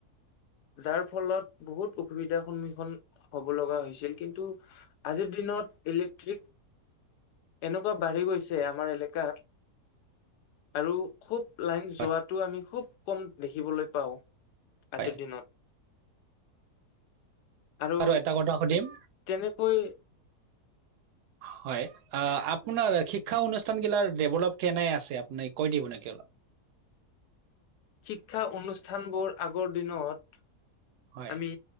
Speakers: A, on the left; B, on the right.
A: যাৰ ফলত বহুত অসুবিধাৰ সন্মুখীন হব লগা হৈছিল। কিন্তু আজিৰ দিনত ইলেক্ট্ৰিক এনেকুৱা বাঢ়ি গৈছে আমাৰ এলেকাত, আৰু খুব লাইন
B: হয়,
A: যোৱাটো আমি খুব কম দেখিবলৈ পাওঁ
B: হয়।
A: আজিৰ দিনত। আৰু
B: এটা কথা সুধিম,
A: তেনেকৈ
B: হয়', আ'
A: হয়
B: আপোনাৰিক শিক্ষা অনুষ্ঠানগিলাৰ ডেভেলপ কেনে আছে? আপুনি কৈ দিব নেকি অলপ।
A: শিক্ষা অনুষ্ঠান বোৰ আগৰ দিনত।
B: হয়,
A: আমি